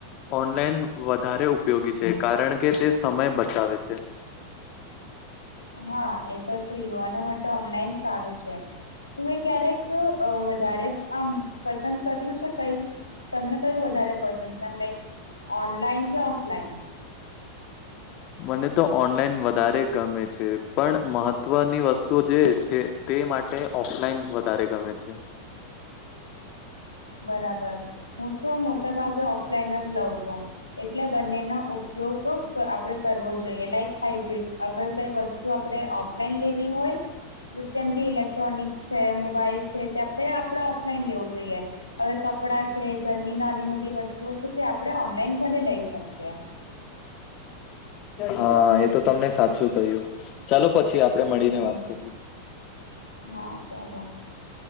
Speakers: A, on the left; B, on the left.
A: ઓનલાઈન વધારે ઉપયોગી છે કારણ કે તે સમય બચાવે છે. <inaudible>
B: હા એ તો છે યુવાનો માટે ઓનલાઈન સારું છે. તું એ ક્યારેક વધારે આમ પસંદ કર્યું છે કઈ. તમને કયું વધારે પસંદ છે આમ લાઈક ઓનલાઈન કે ઓફલાઈન.
A: હમ. મને તો ઓનલાઈન વધારે ગમે છે પણ મહત્વની વસ્તુ જે છે તે માટે ઓફલાઈન વધારે ગમે છે.
B: બરાબર હું તો મોટાભાગે ઓફલાઈન જ લઉં છું એટલે બંનેનો. યોગ આપડે કરવો જોઈએ લાઈક હાઈબ્ર્રીડ અગર કઈ વસ્તુ. આપે ઓફલાઈન લેવી હોય. જેમ કે ઇલેક્ટ્રોનિક્સ છે મોબાઈલ છે તે આપણે આપડે ઓફલાઈન લેવું. જોઈએ હવે કપડા છે. ઘરની નાની મોટી વસ્તુઓ છે તે આપણે ઓનલાઈન ભલે લઈ શકીએ.
A: હા એ તો તમને સાચું કહ્યું ચાલો પછી આપ. આપણે મળીને
B: હા
A: વાત કરીએ.
B: હા. ચાલો